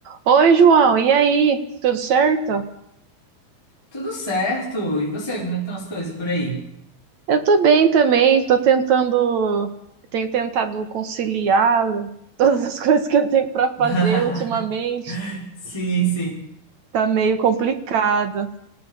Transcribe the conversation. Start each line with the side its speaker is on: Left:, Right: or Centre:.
Right: Oi, João, e aí? Tudo certo?
Centre: Tudo certo. E você, como é que estão as coisas por aí?
Right: Eu tô bem também, tô tentando, tenho tentado conciliar todas as <laughs> coisas que eu tenho pra fazer
Centre: <laughs>
Right: ultimamente.
Centre: Sim, sim.
Right: Tá meio complicado.